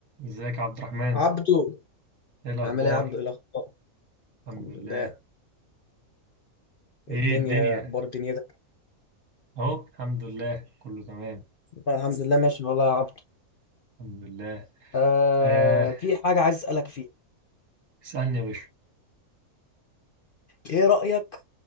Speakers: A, on the right; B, on the left.
A: ازيك يا عبد الرحمن
B: عبدو
A: ايه الاخبار
B: عامل ايه يا عبدو ايه الاخبار
A: الحمد
B: الحمد
A: لله
B: لله إيه
A: ايه
B: الدنيا
A: الدنيا
B: اخبار دنيتك
A: اهو الحمد لله كله تمام
B: آه، الحمد لله ماشي والله يا عبدو
A: الحمد لله
B: آه
A: آه
B: في حاجه عايز اسالك فيها
A: اسألني يا باشا
B: ايه رايك